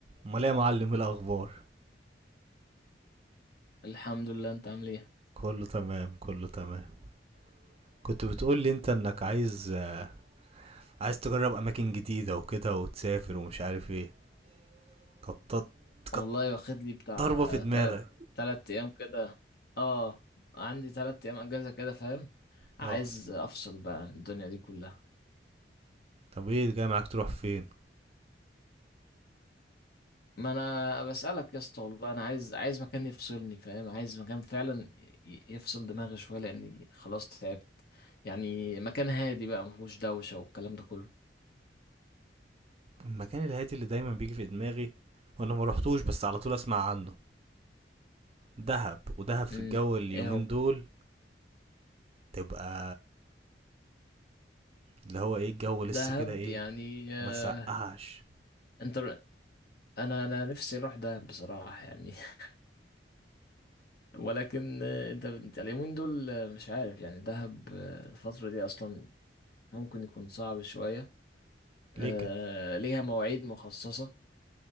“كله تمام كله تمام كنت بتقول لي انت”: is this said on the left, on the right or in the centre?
Right